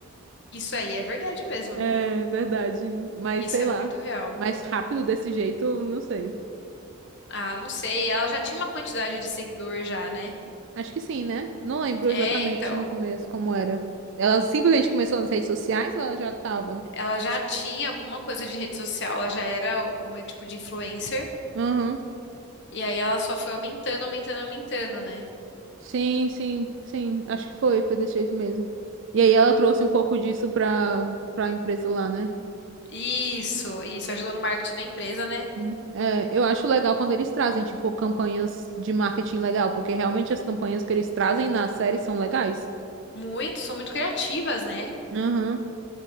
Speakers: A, on the left (about 50°); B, on the right (about 55°).
A: Isso aí é verdade mesmo.
B: É verdade. Mas
A: Isso
B: sei
A: é
B: lá.
A: muito real.
B: Mais rápido desse jeito, não sei.
A: Ah, não sei, ela já tinha uma quantidade de seguidor já, né?
B: Acho que sim, né? Não lembro
A: É,
B: exatamente
A: então,
B: no começo como era. Ela simplesmente começou nas redes sociais ou ela já tava?
A: ela já tinha alguma coisa de rede social, ela já era algum tipo de influencer,
B: Aham.
A: e aí ela só foi aumentando, aumentando, aumentando, né?
B: Sim, sim, sim. Acho que foi, foi desse jeito mesmo. E aí ela trouxe um pouco disso pra, pra empresa lá, né?
A: Isso, isso ajudou no marketing da empresa, né?
B: Hum. É, eu acho legal quando eles trazem, tipo, campanhas de marketing legal, porque realmente as campanhas que eles trazem na série são legais.
A: Muito, são muito criativas, né?
B: Aham,